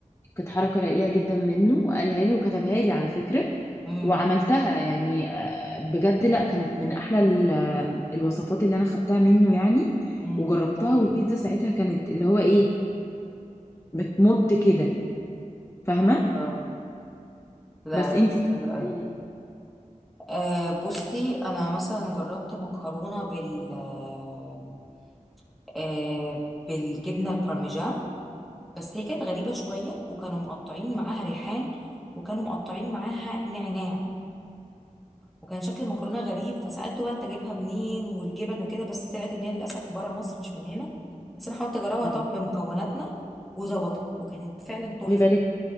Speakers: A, on the left; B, in the centre.
A: كانت حركة رقيقة جدا منه قالها لي وكتبها لي على فكرة
B: امم
A: وعملتها يعني آه، بجد لا كانت من احلى ال- الوصفات اللي انا خدتها منه يعني
B: امم
A: وجربتها مم. والبيتزا ساعتها كانت اللي هو ايه بتمط كده فاهمة
B: اه لا
A: بس
B: لا،
A: انتي طب
B: حلو أوي.
A: قولي لي
B: آه بصي انا مثلا جربت مكرونه بال آه آه، بالجبنه البارميجان بس هي كانت غريبة شوية وكانوا مقطعين معاها ريحان وكانوا مقطعين معاها نعناع وكان شكل المكرونة غريب فسألته بقى انت جايبها منين والجبن وكده بس طلعت ان هي للأسف بره مصر مش من هنا بس انا حاولت اجربها
A: اه
B: طبعا بمكوناتنا وظبطت وكانت فعلا تحفة
A: خلي بالك